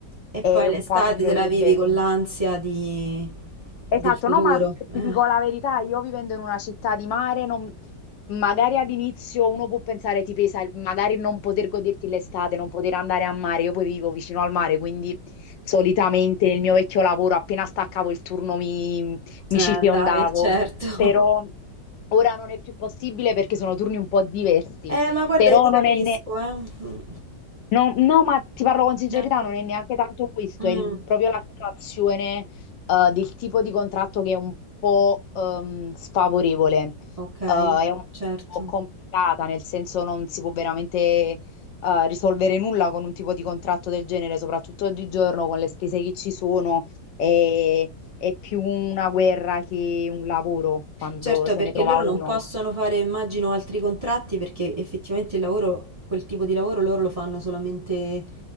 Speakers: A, on the right; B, on the left.
A: E
B: È
A: poi
B: un
A: l'estate
B: po' avvilente.
A: te la vivi con l'ansia di... del
B: Esatto,
A: futuro.
B: no, ma ti
A: Eh,
B: dico la verità, io vivendo in una città di mare, non- magari all'inizio uno può pensare ti pesa il- magari non poter goderti l'estate, non poter andare a mare. Io poi vivo vicino al mare, quindi solitamente nel mio vecchio lavoro appena staccavo il turno mi, mi
A: eh,
B: ci fiondavo.
A: dai, certo.
B: però
A: <laughs>
B: Ora non è più possibile perché sono turni un po' diversi,
A: Eh, ma guarda,
B: però
A: io ti capisco,
B: non è ne-
A: eh. Mm.
B: no, no, ma ti parlo con sincerità,
A: Neanche...
B: non è neanche tanto questo,
A: Mm.
B: è il- proprio la situazione eh, del tipo di contratto che è un po' ehm, sfavorevole,
A: Ok,
B: Eh, è un
A: certo.
B: po' complicata, nel senso non si può veramente eh, risolvere nulla con un tipo di contratto del genere, soprattutto oggigiorno con le spese che ci sono. È, è più una guerra che un lavoro quando
A: Certo,
B: se
A: perché
B: ne trova
A: loro
B: uno.
A: non possono fare, immagino, altri contratti perché effettivamente il lavoro, quel tipo di lavoro loro lo fanno solamente